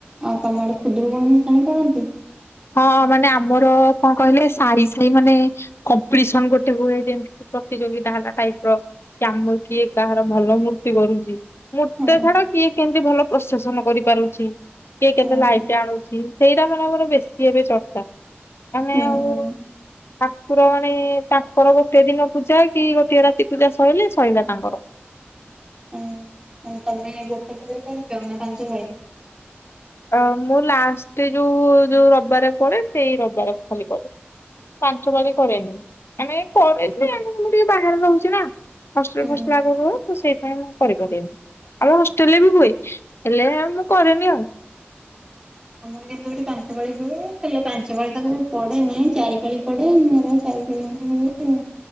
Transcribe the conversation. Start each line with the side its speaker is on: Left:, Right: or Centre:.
Right: ଆଉ ତମ ଆଡେ ଖୁଦୁରୁକୁଣି ଭସାଣି କରନ୍ତି?
Left: ହଁ ମାନେ ଆମର କଣ କହିଲେ ସାହି ସାହି ମାନେ କମ୍ପିଟିସନ ଗୋଟେ ହୁଏ ଯେମିତି ପ୍ରତିଯୋଗିତା ହେଲା ଟାଇପ ର।। କାମ କିଏ କାହାର ଭଲ ମୂର୍ତ୍ତି କରୁଛି? ମୋତେ
Right: ହଁ
Left: ଛାଡ କିଏ କେମିତି ଭଲ ପ୍ରସେସନ କରିପାରୁଛି, କିଏ
Right: ହଁ
Left: କେତେ ଲାଇଟ୍ ଆଣୁଛି? ସେଇଟା ମାନେ ମୋର ବେଶୀ ଏବେ ଚର୍ଚ୍ଚା, ମାନେ
Right: ହୁଁ
Left: ଆଉ ଠାକୁର ମାନେ ତାଙ୍କର ଗୋଟିଏ ଦିନ ପୂଜା କି ଗୋଟିଏ ରାତି ପୂଜା ସରିଲେ ସରିଲା ତାଙ୍କର।
Right: ଉୁଁ ମାନେ ତମେ ଗୋଟେ ପାଳି କରିଛ ନା ପାଞ୍ଚ ପାଳି?
Left: ଅ ମୁଁ ଲାଷ୍ଟ ଯୋଉ ଯୋଉ ରବିବାର ପଡେ, ସେଇ ରବାର ଖାଲି କରେ। ପାଞ୍ଚ ବାରି କରେନି, ଆମେ କରେ ଆମ ମୁଁ ଟିକେ ବାହାରେ ରହୁଛି ନା। <unintelligible>
Right: ହୁଁ
Left: ଆଗରୁ ତ ସେଇପାଇଁ ମୁଁ କରିପାରେନି, ଆଉ ହଷ୍ଟେଲ ରେ ବି ହୁଏ ହେଲେ ମୁଁ କରେନି ଆଉ।
Right: ଆମର କିନ୍ତୁ ଏଠି ପାଞ୍ଚ ପାଳି ହୁଏ, ହେଲେ ପାଞ୍ଚ ପାଳି ତ କେବେ? ପଡେ଼ନି, ଚାରିପାଳି ପଡେ଼ ଆମର ଚାରିପାଳି ଆଙ୍କ ହୁଏ ଆଉ।